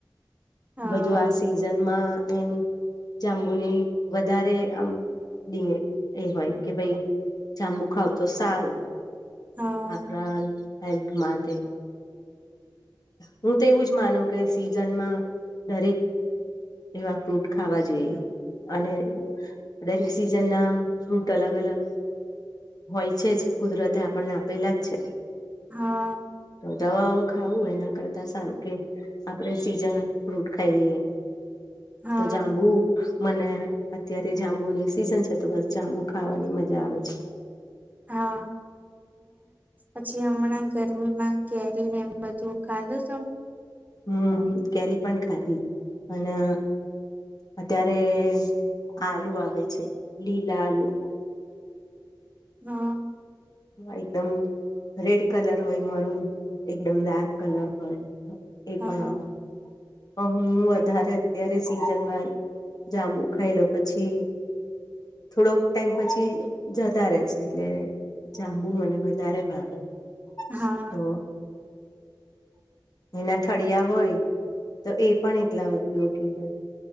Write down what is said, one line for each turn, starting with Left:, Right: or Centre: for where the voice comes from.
Right: હા
Left: બધું, આ સિઝનમા એની જાંબુની. વધારે આમ એ હોય, કે ભાઈ જાંબુ ખાવ તો સારું.
Right: હા
Left: આપણા હેલ્થ માટે. હું તો એવું જ માનું કે સિઝનમાં દરેક. એવા ફ્રૂટ ખાવા જોઈએ. અને દરેક સિઝનના ફ્રૂટ અલગ, અલગ. હોય છેજ, કુદરતે આપણને આપેલા જ છે
Right: હા.
Left: તો દવાઓ ખાવું એના કરતા સારું કે આપણે સીઝન ફ્રૂટ, ખાઈ લઈએ.
Right: હા
Left: તો જાંબુ. મને અત્યારે જાંબુની સિઝન છે, તો બસ જાંબુ ખાવાની મજા આવે છે.
Right: હા, પછી હમણાં ગરમીમાં. કેરી, ને એમ બધું ખાધો.
Left: હમ, કેરી પણ ખાધી અને. અત્યારે આલુ આવે છે, લીલા આલુ.
Right: હા.
Left: એકદમ રેડ કલર હોય, મરૂન એકદમ ડાર્ક કલર હોય. એ
Right: હા
Left: પણ આવો. હું, વધારે અત્યારે સીઝનમાં જાંબુ ખાઈલો પછી. થોડોક ટાઈમ પછી જતા, રહેશે એટલે જાંબુ મને વધારે ભાવે.
Right: હા.
Left: તો એના થળિયા હોય, તો એ પણ એટલા ઉપયોગી હોય.